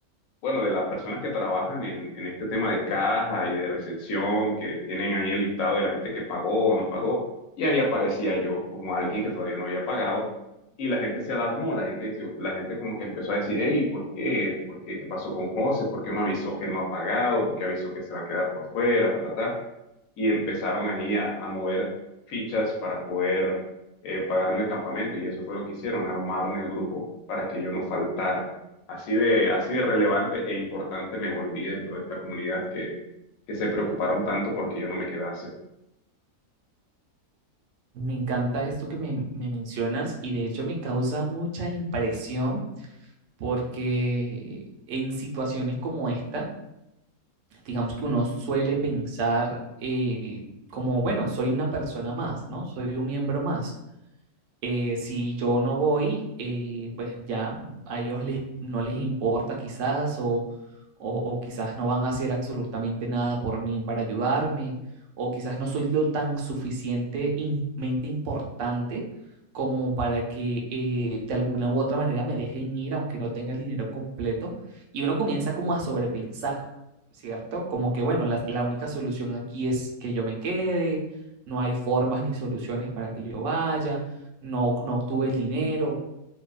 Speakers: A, on the left (about 65°); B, on the right (about 65°).
A: bueno, de las personas que trabajan en, en este tema de caja y de recepción, que tienen ahí el listado de la gente que pagó o no pagó, y ahí aparecía yo como alguien que todavía no había pagado, y la gente se alarmó, la gente, dice- la gente como que empezó a decir, hey, ¿por qué? ¿Por qué? ¿Qué pasó con José? ¿Por qué no avisó que no ha pagado? ¿Por qué avisó que se va a quedar por fuera? Ta, ta, ta y empezaron ahí a, a mover fichas para poder eh, pagarme el campamento y eso fue lo que hicieron, armaron el grupo para que yo no faltara. Así de, así de relevante e importante me volví dentro de esta comunidad que, que se preocuparon tanto porque yo no me quedase.
B: Me encanta esto que me, me mencionas y de hecho me causa mucha impresión porque en situaciones como esta, digamos que uno suele pensar eh, como, bueno, soy una persona más, ¿no? Soy un miembro más. Eh, si yo no voy, eh, pues ya a ellos les, no les importa quizás o, o, o quizás no van a hacer absolutamente nada por mí para ayudarme o quizás no soy lo tan suficientemente importante como para que eh, de alguna u otra manera me dejen ir aunque no tenga el dinero completo y uno comienza como a sobrepensar, ¿cierto? Como que bueno, la, la única solución aquí es que yo me quede, no hay formas ni soluciones para que yo vaya no, no obtuve el dinero,